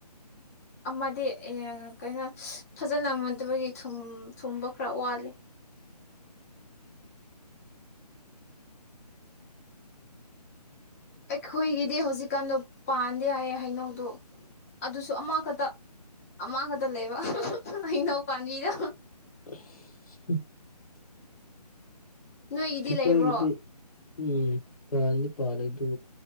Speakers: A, on the left (about 20°); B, on the left (about 60°).
A: ꯑꯃꯗꯤ ꯑꯦ ꯀꯩꯅꯣ ꯐꯖꯅ ꯃꯨꯟꯗꯕꯒꯤ ꯊꯨꯝ-ꯊꯨꯝꯕ ꯈꯔ ꯋꯥꯠ ꯂꯤ <unintelligible> ꯑꯩꯈꯣꯏꯒꯤꯗꯤ ꯍꯧꯖꯤꯛꯀꯥꯟꯗꯣ ꯄꯥꯟꯗꯦ ꯍꯥꯏꯌꯦ ꯍꯩꯅꯧꯗꯨ ꯑꯗꯨꯁꯨ ꯑꯃꯈꯛꯇ-ꯑꯃꯈꯛꯇ ꯂꯩꯕ ꯍꯩꯅꯧ ꯄꯥꯝꯕꯤꯗꯣ
B: <unintelligible>
A: ꯅꯣꯏꯒꯤꯗꯤ
B: ꯑꯩꯈꯣꯏꯒꯤꯗꯤ
A: ꯂꯩꯕ꯭ꯔꯣ
B: ꯎꯝ ꯄꯥꯟꯗꯤ ꯄꯥꯜꯂꯤ ꯑꯗꯨ